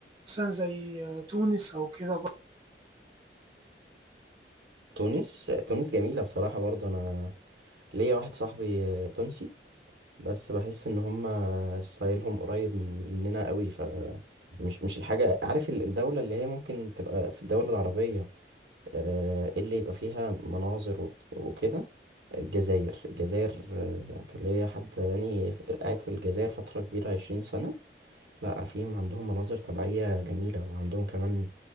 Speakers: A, on the right; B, on the right.
A: مثلا زي آه، تونس او كده برضه.
B: تونس تونس جميلة بصراحة برضه أنا ليا واحد صاحبي تونسي بس بحس إن هما ستايلهم قريب من مننا قوي ف مش مش الحاجة عارف ال- الدولة اللي هي ممكن تبقى في الدولة العربية آه، إيه اللي يبقى فيها مناظر و- وكده الجزائر الجزائر آه، كان ليا حد يعني قاعد في الجزائر فترة كبيرة عشرين سنة لا فيهم عندهم مناظر طبيعية جميلة وعندهم كمان